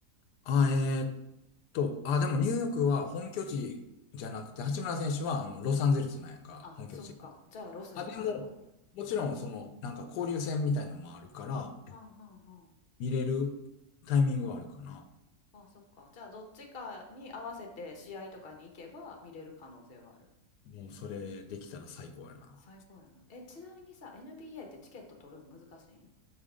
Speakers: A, on the left; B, on the left.
A: あ、えーっと、あ、でもニューヨークは本拠地じゃなくて、八村選手はあのロサンゼルスなんやんか、
B: あ、
A: 本拠地が。
B: そっか。じゃあ、ロスに行かなあかんねや。
A: あ、でも、もちろんその、
B: うん。
A: なんか交流戦みたいなのもあるから、
B: うん、うん、うん。
A: 見れるタイミングはあるかな。
B: あ、そっか。じゃあ、どっちかに合わせて試合とかに行けば見れる可能性はある。
A: もうそれできたら最高やな。
B: 最高やな。え、ちなみにさ、NBA ってチケット取るの難しいん